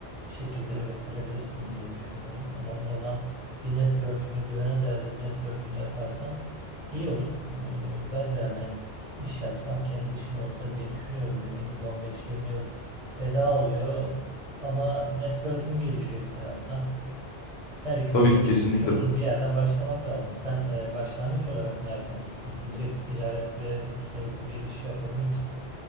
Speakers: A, on the right (about 35°); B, on the left (about 70°).
A: bir şekilde ürettirebilirsin diye düşünüyorum. Önemli olan bir network'ünü, güvene dayalı bir network'ünü yaparsan iyi olur. Ee, ben de hani iş yapsam kendi işim olsa diye düşünüyorum. Dediğin gibi 15-20 yıl feda oluyor ama network'ün gelişiyor bir taraftan. Her ikisi
B: Tabii
A: de
B: ki kesinlikle.
A: bir çözüm, bir yerden başlamak lazım. Sen e, başlangıç olarak ne yapmayı düşünüyorsun? Direkt ticaret ve uluslararası bir iş yapabilir misin?